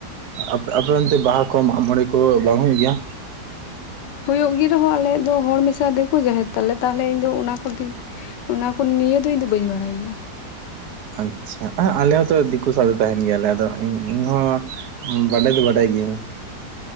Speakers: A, on the right (about 70°); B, on the left (about 85°).
A: ᱟᱯᱮ ᱟᱯᱮ ᱚᱱᱛᱮ ᱵᱟᱦᱟ ᱠᱚ ᱢᱟᱜ ᱢᱚᱬᱮ ᱠᱚ ᱵᱟᱝ ᱦᱩᱭᱩᱜ ᱜᱮᱭᱟ
B: ᱦᱩᱭᱩᱜ ᱜᱮ ᱨᱮᱦᱚᱸ ᱟᱞᱮᱭᱟᱜ ᱫᱚ ᱦᱚᱲ ᱢᱮᱥᱟ ᱫᱮᱠᱚ ᱡᱟᱦᱮᱨ ᱛᱟᱞᱮ ᱛᱟᱦᱚᱞᱮ ᱤᱧ ᱫᱚ ᱚᱱᱟ ᱠᱚ ᱫᱤᱠ ᱚᱱᱟ ᱠᱚ ᱱᱤᱭᱟᱹ ᱫᱚ ᱤᱧ ᱫᱚ ᱵᱟᱹᱧ ᱵᱟᱲᱟᱭ ᱜᱮᱭᱟ
A: ᱟᱪᱪᱷᱟ ᱟᱞᱮ ᱦᱚᱸᱛᱚ ᱫᱤᱠᱩ ᱥᱟᱶᱛᱮ ᱛᱟᱦᱮᱱ ᱜᱮᱭᱟᱞᱮ ᱟᱫᱚ ᱤᱧ ᱦᱚᱸ ᱵᱟᱰᱟᱭ ᱫᱚ ᱵᱟᱰᱟᱭ ᱜᱤᱭᱟᱹᱧ